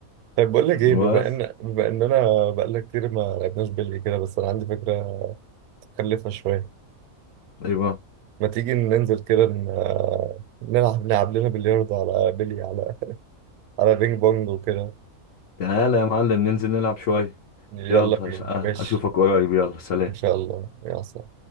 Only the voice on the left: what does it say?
بس
إيه بقى
تعالى يا معلم ننزل نلعب شوية
يلا
أش-
أشوفك قريب يلا سلام